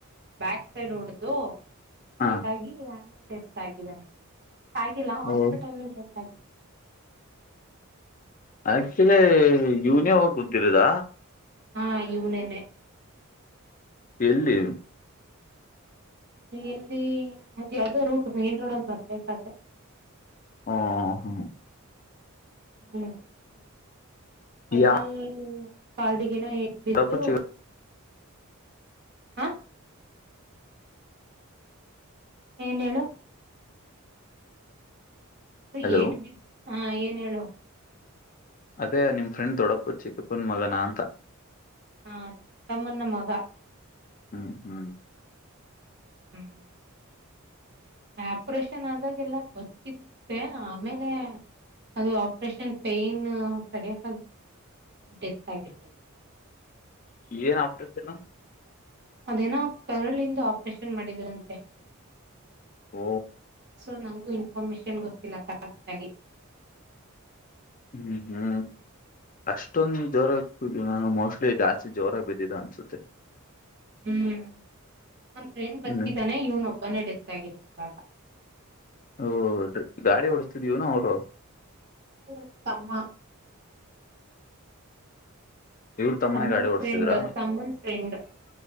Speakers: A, on the right (about 50°); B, on the left (about 40°).
A: ಬ್ಯಾಕ್ ಸೈಡ್ ಹೊಡ್ದು
B: ಹಾ
A: ೇಟ್ಾಗಿ ಅನ್ನೇ ಡೆತ್ ಆಗಿದ್ದಾನೆ ಡೆತ್ ಆಗಿಲ್ಲ ಹಾಸ್ಪಿಟಲ್
B: ಹ್ಮ್
A: ನಲ್ಲಿ ಡೆ ಹಾಗ
B: ಆಕ್ಚುಲಿ ಇವ್ನೇ ಹೋಗಿ ಗೊತ್ತಿರದ
A: ಹಾ ಇವನೇನೆ
B: ಎಲ್ಲಿ
A: ಎಲ್ಲಿ ಯಾವದೋ ರೂಟ್ ಮೈನ್ ರೋಡ್ ಅಂತ ಬರ್ಬೇಕಾದ್ರೆ
B: ಹಾ ಹಾ
A: ಹ್ಮ್ ಫೈನಲ್
B: ಯಾ
A: ಕಾಲ್ಡಿಗೆನ ಎಟ್ ಬಿದ್ದು
B: ದೊಡ್ಡಪ್ಪ ಚಿಕ್ಕ
A: ಹ ಏನ ಹೇಳು ಅ
B: ಹಲೋ
A: ಏಟ್ ಬಿ ಹಾ ಏನ್ ಹೇಳು
B: ಅದೇ ನಿಮ್ಮ ಫ್ರೆಂಡ್ ದೊಡ್ಡಪ್ಪ ಚಿಕ್ಕಪ್ಪನ ಮಗನ ಅಂತ
A: ಹಾ ಚಿಕ್ಕಮ್ಮಣ್ಣ ಮಗ
B: ಹ್ಮ್ ಹ್ಮ್
A: ಹ್ಮ್ ಆಪ್ರೇಷನ್ ಆದಾಗ ಎಲ್ಲ ಬದುಕಿದಂತೆ ಆಮೇಲೆ ಅದು ಆಪರೇಷನ್ ಪೇನ್ ತಡಿಯಕ ಡೆತ್ ಆಗಿರ್ತದು
B: ಏನ್ ಆಪ್ರಷನ್
A: ಅದೇನೋ ಕರಳಿಂದ ಆಪರೇಷನ್ ಮಾಡಿದರಂತೆ
B: ಓ
A: ಸೊ ನಂಗೂ ಪಮಿಷನ್ ಗೊತ್ತಿಲ್ಲ ಕರೆಕ್ಟ್ ಆಗಿ
B: ಹ್ಮ್ ಹ್ಮ್ ಅಷ್ಟೊಂದು ಜ್ವರ ನ ಮೋಸ್ಟ್ಲಿ ಜಾಸ್ತಿ ಜ್ವರ ಬಿದ್ದಿದ್ದ ಅನ್ಸುತ್ತೆ
A: ಹ್ಮ್ ಒಂದ ಫ್ರೆಂಡ್ ಬದುಕಿದ್ದಾನೆ
B: ಹ್ಮ್
A: ಇವ್ನ ಒಬ್ಬನೇ ಡೆತ್ ಆಗಿರೋದು ಇವಾಗ
B: ಹಓ ಗಾಡಿ ಹೊಓಡಸ್ತಿದೀವ ನ ಅವರು
A: ಅವ್ರ ತಮ್ಮ
B: ಇವ್ರ ತಮ್ಮನ
A: ತಮ್ಮನ್
B: ಗಾಡಿ ಓಡ್ಸ್ತಿದ್ರ
A: ಫ್ರೆಂಡ್ ತಮ್ಮನ್ ಫ್ರೆಂಡ್